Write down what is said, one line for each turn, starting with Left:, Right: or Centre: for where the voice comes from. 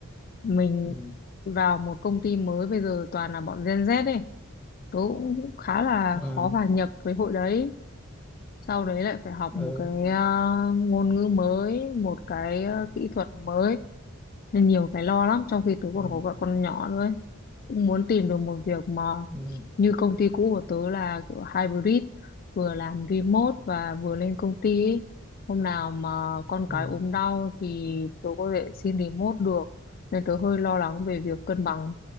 Left: mình
Centre: ừ.
Left: vào một công ty mới bây giờ toàn là bọn Gen Z ấy. Tớ cũng khá là
Centre: Ờ,
Left: khó hòa nhập với hội đấy. Sau đấy lại phải học
Centre: ờ,
Left: một cái ờ, ngôn ngữ mới, một cái ờ, kỹ thuật mới. Nên nhiều cái lo lắm trong khi tớ còn
Centre: ừ.
Left: có vợ con nhỏ nữa ấy cũng muốn tìm được một việc mà
Centre: Ừ.
Left: như công ty cũ của tớ là kiểu hybrid vừa làm remote và vừa lên công ty ấy. Hôm nào mà con
Centre: Ừ.
Left: cái ốm đau thì tớ có thể xin remote được nên tớ hơi lo lắng về việc cân bằng